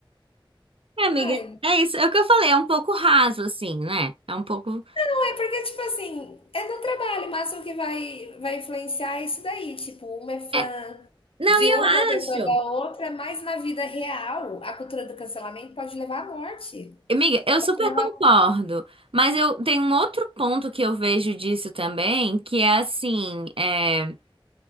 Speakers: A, on the right (about 85°); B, on the left (about 80°).
A: É, amiga,
B: Ai,
A: é isso. É o que eu falei, é um pouco raso, assim, né? É um pouco.
B: ai, porque, tipo assim, é no trabalho, mas o que vai, vai influenciar é isso daí. Tipo, uma é fã
A: é- Não,
B: de
A: e
B: uma,
A: eu
B: outra é fã da
A: acho.
B: outra, mas na vida real, a cultura do cancelamento pode levar à morte.
A: Amiga, eu
B: Pode
A: super
B: levar.
A: concordo, mas eu tenho um outro ponto que eu vejo disso também, que é assim, é,